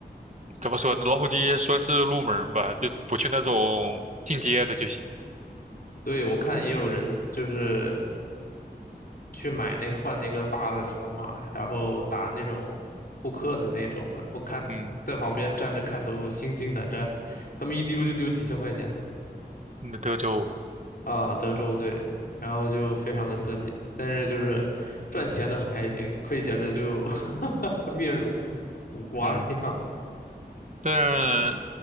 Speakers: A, on the right (about 45°); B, on the left (about 60°).
A: 怎么说呢？老虎机说是入门儿吧，就不去那种进阶的就行。
B: 对，我看也有人就是去买那换那个大的筹码，然后打那种扑克的那种的，我看在旁边站着看都心惊胆战，
A: 嗯，
B: 他们一丢就丢几千块钱
A: 那德州，
B: 啊，德州对，然后就非常的刺激，但是就是赚钱的很开心，亏钱的就 <laughs> 面如苦苦瓜一样。
A: 嗯，但